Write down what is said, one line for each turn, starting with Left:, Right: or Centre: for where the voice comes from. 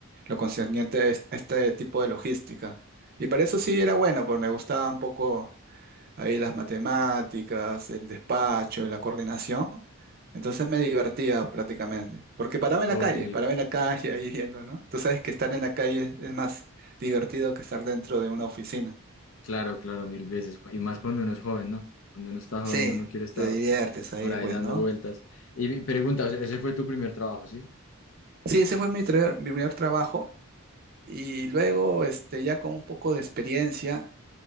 Right: lo concerniente a este a este tipo de logística. Y para eso sí era bueno, pues me gustaba un poco ahí las matemáticas, el despacho, la coordinación. Entonces me divertía prácticamente, porque paraba en
Left: Ok.
Right: la calle, paraba en la calle ahí viendo, ¿no? Tú sabes que estar en la calle es más divertido que estar dentro de una oficina.
Left: Claro, claro, mil veces. Y más cuando uno es joven, ¿no? Cuando uno está joven,
Right: Sí,
Left: uno quiere estar
Right: te diviertes ahí,
Left: por ahí
Right: pues,
Left: dando
Right: ¿no?
Left: vueltas. Y mi pregunta, o sea, ese fue tu primer trabajo, ¿sí?
Right: Sí, ese fue mi, tra- mi primer trabajo y luego, este, ya con un poco de experiencia,